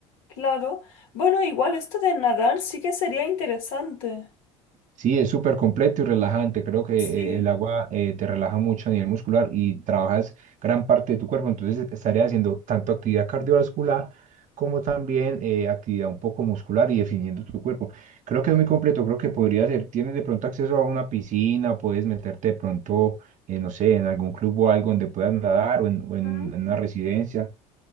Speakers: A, on the left; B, on the right.
A: claro. Bueno, igual esto de nadar sí que sería interesante.
B: Sí, es súper completo y relajante. Creo que
A: Sí.
B: eh, el agua eh, te relaja mucho a nivel muscular y trabajas gran parte de tu cuerpo. Entonces estaría haciendo tanto actividad cardiovascular como también eh, actividad un poco muscular y definiendo tu cuerpo. Creo que es muy completo. Creo que podría ser. Tienes de pronto acceso a una piscina, puedes meterte de pronto, eh, no sé, en algún club o algo donde puedas nadar o en, o en
A: Ujú.
B: en una residencia.